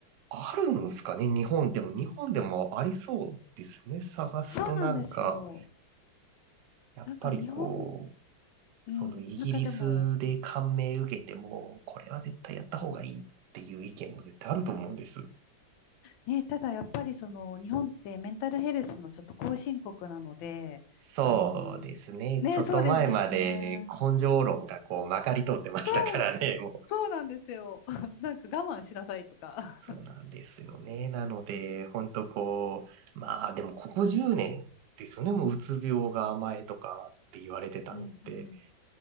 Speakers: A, on the right (about 70°); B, on the left (about 85°).
A: あるんですかね、日本でも。日本でもありそうですよね。探すとなんか、
B: そうなんですよ。
A: やっぱりこう、
B: なんか日本、うん、
A: そのイギリスで感銘受けても、
B: なんかでも
A: これは絶対やった方がいいっていう意見も絶対あると思うんです。
B: ね、ただやっぱりその日本ってメンタルヘルスのちょっと後進国なので、
A: そうですね。
B: あの、ね、
A: ちょっと前まで根性論がこうまかり通ってましたからね。
B: そうですよね。そう、
A: もう
B: そうなんですよ。<laughs> なんか我慢しなさいとか。
A: そうなんですよね。なので、ほんとこう、まあでもここ10年ですよね。もううつ病が甘えとかって言われてたのって。
B: うんうん。